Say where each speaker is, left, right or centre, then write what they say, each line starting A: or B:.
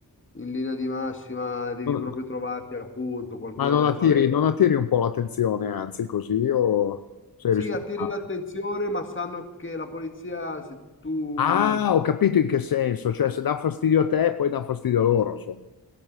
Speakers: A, on the left; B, on the left.
A: in linea di massima devi
B: Non-
A: proprio trovarti appunto qualcuno
B: Ma non
A: delle
B: attiri,
A: favela
B: non attiri un po' l'attenzione, anzi, così o sei
A: Sì,
B: rispettato?
A: attiri l'attenzione, ma sanno che la polizia, se tu,
B: Ah, ho capito in che senso, cioè se dà fastidio a te, poi dà fastidio a loro, insomma.